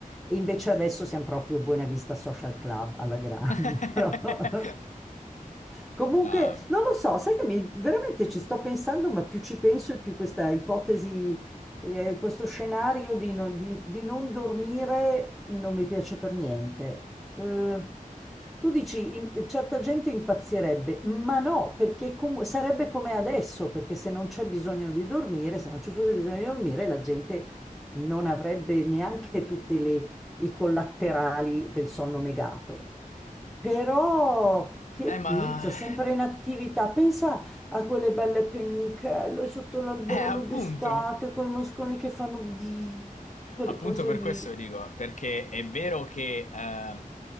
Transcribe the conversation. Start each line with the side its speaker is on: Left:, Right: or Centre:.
Centre: E invece adesso siamo proprio Buena Vista Social Club alla grande,
Left: <laughs>
Centre: <laughs> no? Comunque,
Left: Ah,
Centre: non lo so, sai che mi, veramente ci sto pensando, ma più ci penso e più questa ipotesi, eh, questo scenario di, non di- di non dormire non mi piace per niente. Eh, tu dici, in- certa gente impazzirebbe, ma no, perché com- sarebbe come adesso, perché se non c'è bisogno di dormire, se non ci fosse bisogno di dormire, la gente non avrebbe neanche tutte le i collaterali del sonno negato. Però che
Left: Eh,
Centre: pizza,
Left: ma...
Centre: sempre in attività. Pensa a quelle belle pennichello sotto l'alberello
Left: Eh, appunto.
Centre: d'estate con i mosconi che fanno bzz, quelle
Left: Appunto
Centre: cose
Left: per
Centre: lì.
Left: questo dico, perché è vero che eh,